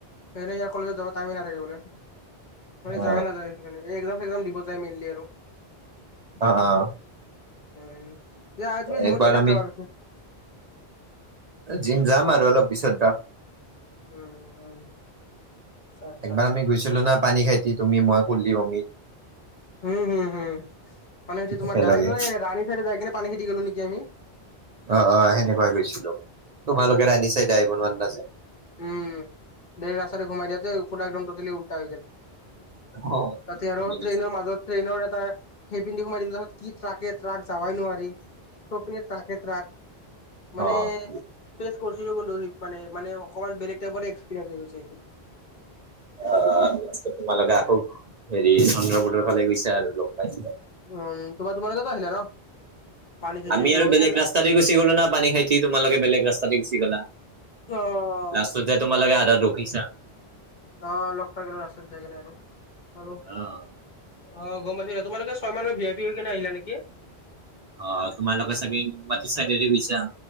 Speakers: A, on the left; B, on the right.
A: সেই ইয়াৰ কলেজত যাব টাইমে নাথাকে বোলে মানে
B: অ
A: যায়াই নাযায় মানে। এ একজাম চেকজাম দিব যায় মেইনলি আৰু।
B: অহঁ অহঁ
A: উম, এয়া তুমি জীমত
B: একবাৰ
A: কেইটা
B: আমি
A: যাবা পিছে।
B: জিম যাম আৰু অলপ পিছত যাম।
A: উম উম আচ্ছা আচ্ছা
B: একবাৰ আমি গৈছিলো না পানী খাইতি তুমি মই খুললি অমিত।
A: উম হম হম পানী খুঠি তোমাৰ
B: একেলগে
A: ডাই ৰাণী চাইডে যাই কিনে পানী খেতি গ'লো নেকি আমি।
B: অঁ অঁ সেনেকুৱাই গৈছিলো। তোমালোকে
A: উম
B: ৰান্ধিচাই ড্ৰাইভাৰৰ আন্দাজত।
A: উম দে ৰাস্তাৰে ঘুমাই দিয়াতে পুৰা একদম তোতেলি উল্টা হৈ গেল।
B: অ',
A: তাতে আৰু
B: অ',
A: ট্ৰেইনৰ মাজত ট্ৰেইনৰ এটা। সেই পিনেদি সোমাই দিলো তাপাছত কি ট্ৰাকে ট্ৰাক যাবাই নোৱাৰি ত সিপিনে - ট্ৰাকে ট্ৰাক
B: তাৰপিছত
A: মানে- পেছ, কৰিছিলো কিন্তু স মান মানে অকণমান বেলেগ টাইপৰে এক্সপেৰিয়েঞ্চ হৈ গৈছে সেইটো।
B: অ আচ্ছা তোমালোকে
A: উম
B: আকৌ- হেৰি চন্দ্ৰপোটৰ ফালে গৈছে আৰু লগ পাইছিলো।
A: উম তোমাৰ তোমালোকেতো আনিলা ন। পানী খেতি
B: আমি
A: এইটো
B: আৰু বেলগ
A: এই
B: ৰাস্তাদি গুচি গলো ন, পানী খাই তি তোমালোকে বেলেগ ৰাস্তাতে গুচি গলা।
A: অ',
B: লাষ্টত যে তোমালোকে আধাত ৰখিছা।
A: অ লগ পাই গলো ৰাস্তাত যায় কিনে আৰু।
B: অ',
A: অ গম পালো। তোমালোকে ছয় মাইলৰ ভি আই পি হৈ কিনে আহিলা নেকি?
B: অঁ, তোমালোকৰ ছাগে নুনমাটি ছাইডে গৈছা।